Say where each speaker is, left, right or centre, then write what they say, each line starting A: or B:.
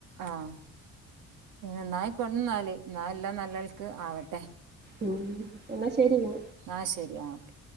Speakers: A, on the right; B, on the right.
A: ആഇന്നായി കൊണ്ടന്നാല് ഇന്നൽ എല്ലാം നല്ലൾക്ക് ആവട്ടെ
B: ഉം എന്നാ ശരി പിന്നെ
A: ആ ശരിഓക്കേ